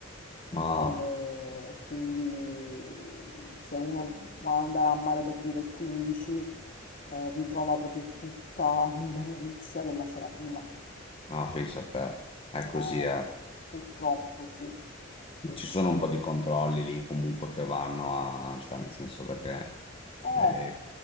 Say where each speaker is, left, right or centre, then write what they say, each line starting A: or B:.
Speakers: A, on the left; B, on the left.
A: Ah,
B: E quindi se uno vuole andare a mare per dire il 15, eh, ritrova proprio tutta l'immondizia della sera prima.
A: ah, pensa a te, è così,
B: Eh,
A: eh.
B: purtroppo sì, sì.
A: Ci sono un po' di controlli lì comunque che vanno a, cioè nel senso perché
B: Eh,
A: eh,